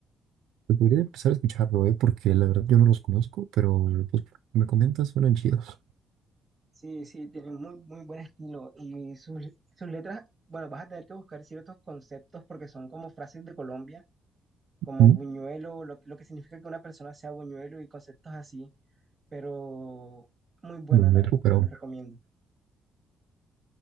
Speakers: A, on the right; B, on the right.
A: Pues debería de empezar a escucharlo, ¿eh? Porque la verdad yo no los conozco, pero pues me comentas, suenan chidos.
B: Sí, sí, tiene muy, muy buen estilo y sus, sus letras, bueno, vas a tener que buscar ciertos conceptos porque son como frases de Colombia, como
A: Mm,
B: buñuelo, lo, lo que significa que una persona sea buñuelo y conceptos así, pero muy buena,
A: Muy
B: la
A: bueno,
B: verdad,
A: pero
B: te lo recomiendo.